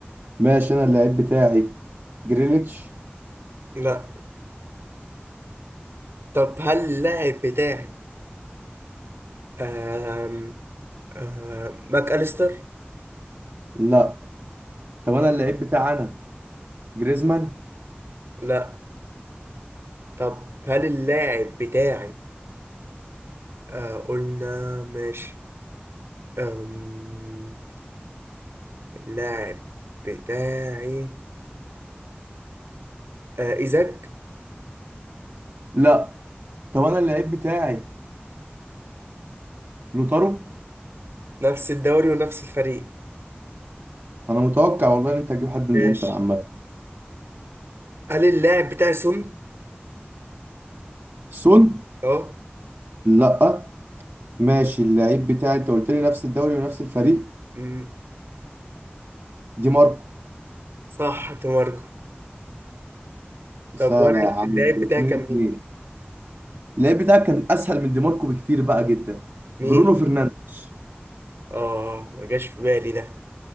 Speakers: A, on the right (about 65°); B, on the right (about 85°).
A: ماشي انا اللاعب بتاعي جريليتش
B: لا طب هل اللاعب بتاعي آه آه ماك أليستر
A: لا طب انا اللعيب بتاعي انا جريزمان
B: لا طب هل اللاعب بتاعي آه قلنا ماشي آم، اللاعب بتاعي آه إيزاك
A: لا طب انا اللعيب بتاعي لوتارو
B: نفس الدوري ونفس الفريق
A: انا متوقع والله ان انت هتجيب حد من
B: ماشي
A: الانتر عامه
B: هل اللاعب بتاعي سون؟
A: سون
B: اه
A: لا ماشي اللعيب بتاعي انت قلت لي نفس الدوري ونفس الفريق
B: أمم.
A: دي ماركو
B: صح دي ماركو
A: سهله
B: طب وانا
A: يا عم
B: اللاعب
A: اتنين
B: بتاعي كان
A: اتنين
B: مين؟
A: اللعيب بتاعك كان اسهل من دي ماركو بكتير بقى جدا
B: مين؟
A: برونو فرنانديز
B: اه ما جاش في بالي ده ما